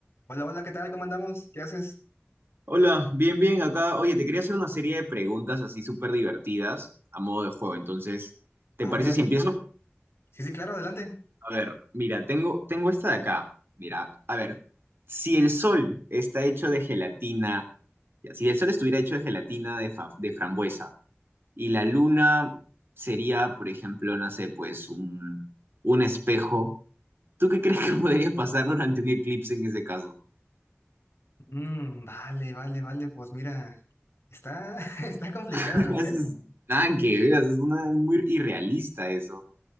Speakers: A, on the left; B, on the right.
A: Hola, hola, ¿qué tal? ¿Cómo andamos? ¿Qué haces?
B: Hola, bien, bien, acá. Oye, te quería hacer una serie de preguntas así súper divertidas a modo de juego. Entonces,
A: Vale,
B: ¿te parece
A: vale.
B: si empiezo?
A: Sí, sí, claro, adelante.
B: A ver, mira, tengo, tengo esta de acá. Mira, a ver, si el sol está hecho de gelatina, ya, si el sol estuviera hecho de gelatina de, fa- de frambuesa y la luna sería, por ejemplo, no sé, pues un, un espejo, ¿tú qué crees que <laughs> podría pasar durante un eclipse en ese caso?
A: Mm, vale, vale, vale. Pues mira, está, <laughs> está complicado,
B: <laughs>
A: ¿no crees?
B: Eso es- Nada que ver, eso es una, muy irrealista eso.